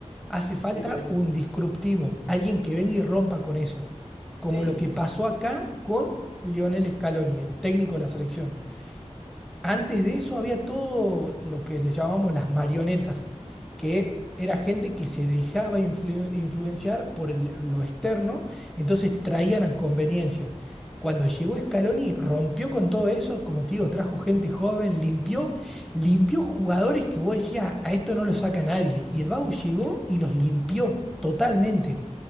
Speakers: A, in the centre; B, on the left.
A: Hace falta
B: Dime, dime.
A: un disruptivo, alguien que venga y rompa con eso, como
B: Sí,
A: lo que
B: sí,
A: pasó
B: sí.
A: acá con Lionel Scaloni, el técnico de la selección. Antes de eso había todo lo que le llamamos las marionetas, que era gente que se dejaba influ- influenciar por el- lo externo, entonces traían a conveniencia. Cuando llegó Scaloni, rompió con todo eso, como te digo, trajo gente joven, limpió, limpió jugadores que vos decías, a esto no lo saca nadie. Y el Vago llegó y los limpió totalmente.